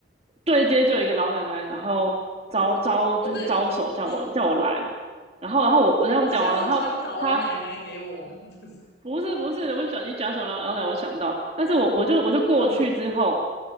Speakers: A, on the right; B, on the left.
A: 对接就有一个老奶奶，然后招招就是招手叫我叫我来，
B: 不是你
A: 然后然后我我跟他们讲完，
B: 你现在是专找老奶奶给我吗？
A: 然后他
B: <laughs> 就是，
A: 不是不是，我想你讲什么老奶奶，我想到，但是我我就我就过去之后，
B: 嗯，